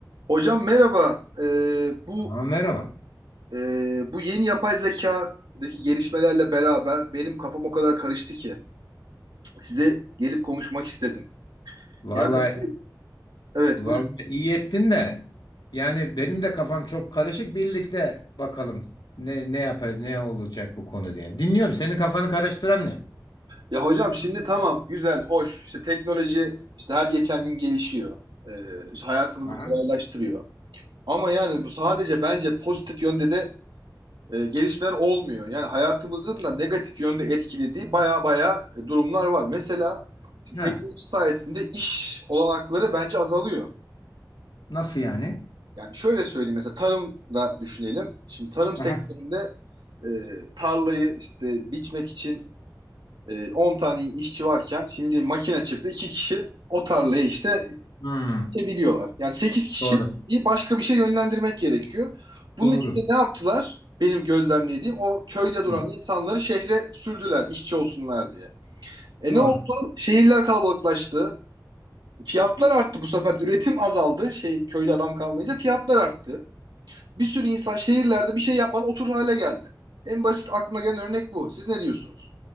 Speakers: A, on the right; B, on the left.
A: Hocam merhaba. Ee, bu
B: Aa, merhaba.
A: e, bu yeni yapay zekadaki gelişmelerle beraber benim kafam o kadar karıştı ki size gelip konuşmak istedim.
B: Vallahi,
A: Yani bu- evet
B: vallahi
A: buyurun.
B: iyi ettin de. Yani benim de kafam çok karışık. Birlikte bakalım ne ne yapar, ne olacak bu konu diye. Dinliyorum. Senin kafanı karıştıran ne?
A: Ya hocam şimdi tamam güzel hoş işte teknoloji işte her geçen gün gelişiyor. Ee, işte hayatımızı
B: Aha.
A: kolaylaştırıyor. Ama yani bu sadece bence pozitif yönde de e, gelişmeler olmuyor. Yani hayatımızın da negatif yönde etkilediği baya baya e, durumlar var. Mesela şimdi
B: Ha,
A: teknoloji sayesinde iş olanakları bence azalıyor.
B: nasıl yani?
A: Yani şöyle söyleyeyim mesela tarımda düşünelim. Şimdi tarım sektöründe
B: Aha.
A: e, tarlayı işte biçmek için e, 10 tane işçi varken şimdi makine çıktı. iki kişi o tarlayı işte
B: Hmm,
A: biliyorlar. Yani 8 kişiyi
B: doğru.
A: başka bir şey yönlendirmek gerekiyor. Bunun
B: Doğru.
A: için de ne yaptılar? Benim gözlemlediğim o köyde duran
B: Hmm,
A: insanları şehre sürdüler işçi olsunlar diye. E
B: doğru.
A: ne oldu? Şehirler kalabalıklaştı. Fiyatlar arttı bu sefer. Üretim azaldı. Şey köyde adam kalmayınca fiyatlar arttı. Bir sürü insan şehirlerde bir şey yapmadan oturur hale geldi. En basit aklıma gelen örnek bu. Siz ne diyorsunuz?